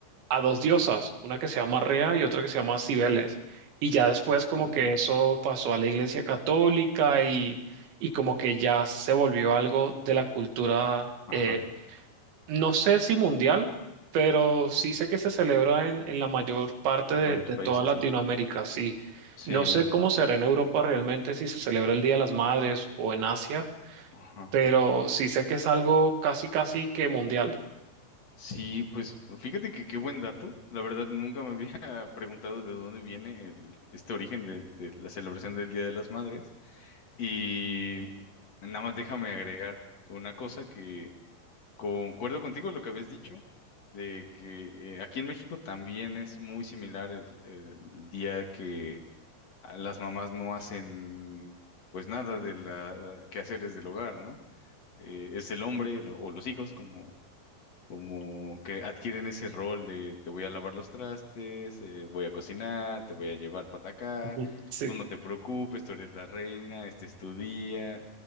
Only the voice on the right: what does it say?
a dos diosas, una que se llama Rea y otra que se llama Cibeles. Y ya después como
que eso pasó a la Iglesia Católica y, y como que ya se volvió algo de la cultura,
eh, no sé si mundial, pero sí sé que se celebra en, en la mayor parte
de,
de
toda Latinoamérica,
sí.
No sé cómo será en Europa realmente, si se celebra el Día de las Madres o en Asia
pero sí sé que es algo casi, casi que mundial.
Ujú. Sí.